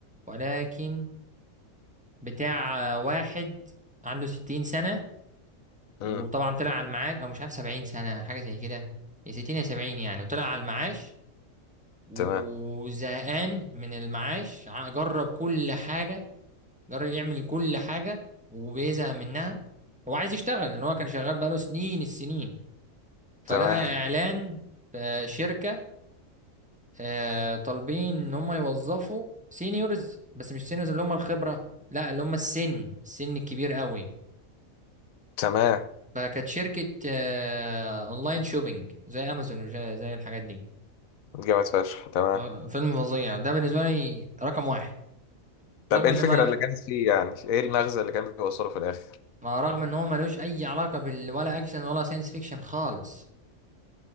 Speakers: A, in the centre; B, on the left.
A: ولكن بتاع آه، واحد عنده 60 سنة
B: امم
A: وطبعا طلع على المعاش او مش عارف 70 سنه حاجه زي كده يا 60 يا 70 يعني وطلع على المعاش وزهقان
B: تمام
A: من المعاش ع- جرب كل حاجه جرب يعمل كل حاجه وبيزهق منها هو عايز يشتغل لان هو كان شغال بقاله سنين السنين فلقى
B: تمام
A: اعلان في شركه آه، طالبين ان هم يوظفوا سينيورز بس مش سينيورز اللي هم الخبره لا اللي هم السن السن الكبير قوي
B: تمام
A: فكانت شركة آه، أونلاين شوبينج زي أمازون وزي زي الحاجات دي
B: جامد فشخ تمام
A: م- فيلم فظيع ده بالنسبة لي رقم واحد
B: طب
A: رغم
B: ايه
A: إن
B: الفكره
A: ما
B: اللي تمام كانت فيه يعني ايه المغزى اللي كان بيوصله في الاخر
A: مع رغم إن هو ملوش أي علاقة بال ولا أكشن ولا ساينس فيكشن خالص